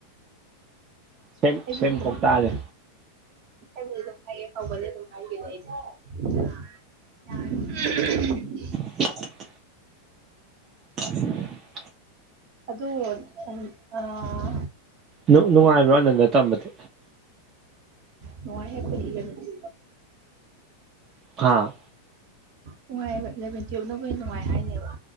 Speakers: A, on the right; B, on the right.
A: ꯁꯦꯝ
B: ꯑꯩꯕꯨꯗꯤ
A: ꯁꯦꯝ ꯀꯧꯇꯥꯅꯤ
B: ꯑꯗꯨꯝ ꯑꯩꯕꯨꯗꯤ ꯑꯗꯨꯝ ꯍꯥꯏꯌꯦ ꯀꯧꯒꯟꯂꯦ ꯑꯗꯨꯝ ꯍꯥꯏꯗꯨꯗꯤ ꯑꯩꯗꯤ <unintelligible>
A: <inaudible> <unintelligible>
B: ꯑꯗꯣ ꯎꯝ ꯑꯥ
A: ꯅꯨꯡ ꯅꯨꯡꯉꯥꯏꯕꯔꯣ ꯑꯅꯟꯗ ꯇꯝꯕꯗꯤ
B: ꯅꯨꯡꯉꯥꯏꯍꯦ ꯑꯩꯈꯣꯏ ꯏꯂꯕꯦꯟ ꯗꯤ
A: ꯍꯥꯥ
B: ꯅꯨꯡꯉꯥꯏꯌꯦꯕ ꯏꯂꯚꯦꯟ ꯇꯨꯌꯦꯞꯅꯕꯨ ꯍꯦꯟꯅ ꯅꯨꯡꯉꯥꯏ ꯍꯥꯏꯅꯦꯕ